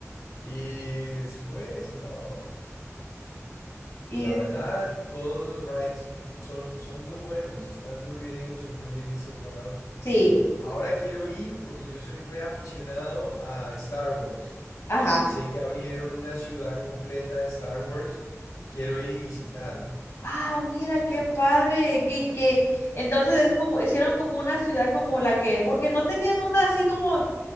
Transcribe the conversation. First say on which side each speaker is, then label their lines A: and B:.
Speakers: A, on the left; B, on the left.
A: Y después, no.
B: Y
A: La verdad, todos los rides son, son muy buenos, están muy bien hechos, muy bien diseñados.
B: sí,
A: Ahora quiero ir porque yo soy reaficionado a Star Wars
B: ajá.
A: y sé que abrieron una ciudad completa de Star Wars. Quiero ir y visitarla.
B: Ah, mira, qué padre. Y que entonces es como, hicieron como una ciudad como la que, porque no tenían una así como